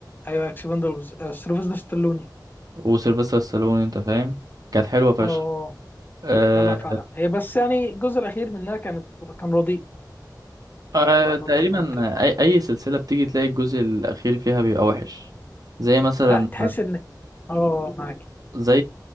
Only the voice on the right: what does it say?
وسيلفستر ستالون انت فاهم كانت حلوة فشخ
أه
أه
تقريبا
أي, أي سلسلة بتيجي تلاقي الجزء الأخير فيها بيبقى وحش زي مثلا
زي